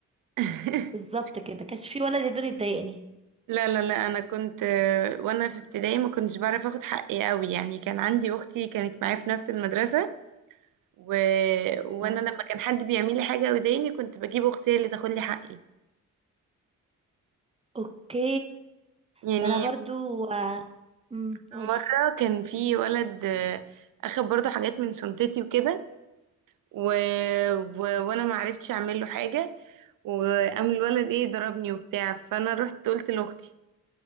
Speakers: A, on the right (about 75°); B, on the right (about 20°).
A: <laughs>
B: بالظبط كده كانش في ولا يقدر يضايقني
A: لا لا لا انا كنت آه، وانا في ابتدائي ما كنتش بعرف اخد حقي قوي يعني كان عندي اختي كانت معايا في نفس المدرسة و... وانا
B: اه
A: لما كان حد بيعمل لي حاجة ويضايقني كنت بجيب اختي هي اللي تاخد لي حقي
B: اوكي
A: يعني
B: ده انا برضو امم
A: في
B: قولي
A: مرة كان في ولد آه، اخد برضو حاجات من شنطتي وكده و... و... وانا ما عرفتش اعمل له حاجة وقام الولد ايه ضربني وبتاع فانا رحت قلت لاختي